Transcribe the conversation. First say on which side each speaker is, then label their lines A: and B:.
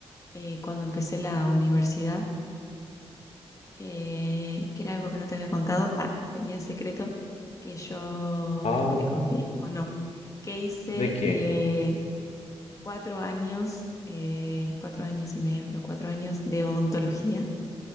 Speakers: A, on the left (about 30°); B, on the left (about 65°).
A: eh, cuando empecé la universidad, eh, que era algo que no te había contado. Ah, tenía en secreto que yo,
B: Ah,
A: creo que te conté o no, que hice
B: ¿de qué?
A: eh, cuatro años, eh, cuatro años y medio, pero cuatro años de odontología,